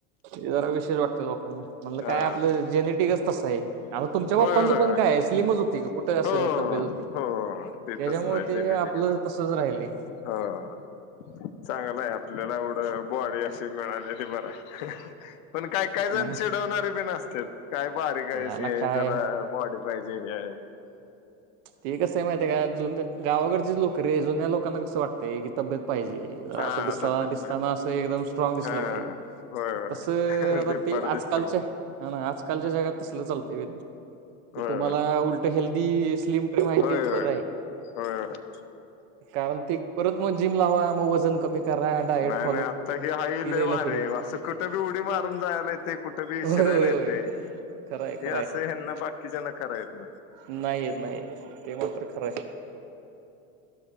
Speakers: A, on the right; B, on the left.
A: ते जरा विशेष वाटतं लोकांना. म्हणलं
B: हा
A: काय आपलं जेनेटिकच तसं आहे. आता तुमच्या
B: होय
A: पप्पांचं
B: होय
A: पण
B: होय
A: काय स्लीमच होती कुठं अस
B: हो
A: तब्येत होती.
B: हो ते
A: त्याच्यामुळ
B: तसंच आहे
A: ते
B: जेनेटिक
A: आपलं
B: आहे
A: तसच राहिले.
B: ते हो चांगलं आहे आपल्याला एवढं बॉडी असी मिळालेली बर. पण काय काय जण
A: नाही
B: चिडवणारे बीन असत्यात. काय बारीक
A: त्याला
B: आहेसी आहे
A: काय
B: जरा बॉडी पाहिजे हे.
A: ते कसं आहे माहितीय का जुन्या गावाकडची लोकं रे, जुन्या लोकांना कसं वाटतंय की तब्येत पाहिजे जरा
B: हा
A: असं दिसताना,
B: तब्येत
A: दिसताना
B: पाहिजे
A: असं एकदम स्ट्रॉग दिसलं
B: हा
A: पाहिजे
B: होय होय
A: तसं आता
B: धिप्पाड
A: ते
B: दिसलं
A: आजकालच्या
B: मग
A: ह ना आजकालच्या जगात तसल चालतंय वय रे ते
B: होय
A: तुम्हाला
B: होय
A: उलट हेल्दी स्लिम केव्हा
B: होय
A: येतील.
B: होय
A: बरं आहे
B: होय होय
A: कारण ते परत म जिम लावा म वजन कमी. करा डायट
B: नाही,
A: फॉलो
B: नाही आत्ता हे हाई
A: ती
B: लयी
A: लय लफडी
B: भारी
A: आहेत
B: आहे बा असं कुठं बी उडी मारून जायलेत. ते कुठेबी
A: होय
B: शिरायला
A: होय होय
B: येते हे
A: खरंय खरंय
B: असं ह्याना बाकीच्याना कराय येत नाही.
A: नाही येत नाही येत ते मात्र खरं आहे.